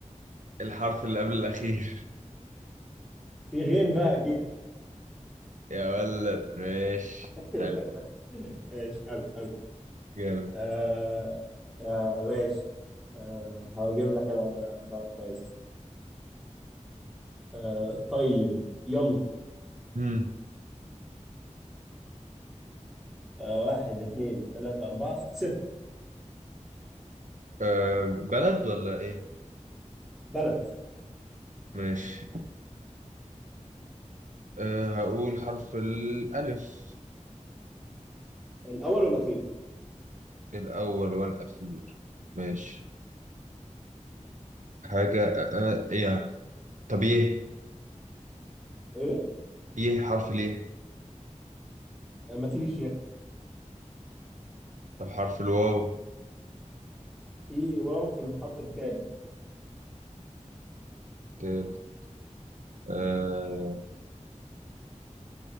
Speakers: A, on the right; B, in the centre.
A: الحرف اللي قبل الأخير
B: في غين بقى أكيد
A: <laughs> يا ولد ماشي
B: <laughs>
A: حلو
B: ماشي حلو حلو
A: جامد
B: آه آه ماشي آه هجيب لك أنا بلد كويس آه طيب يلا
A: امم
B: آه واحد اثنين ثلاثة أربعة خ- ست
A: أه بلد ولا ايه
B: بلد
A: ماشي أه هقول حرف الألف
B: الأول والأخير
A: الأول والأخير ماشي حاجة أه أه يا طب يه
B: إيه؟
A: يه حرف اليه
B: آه مفيش يعني
A: طب حرف الواو
B: في واو في الحرف الثالث
A: ت- أه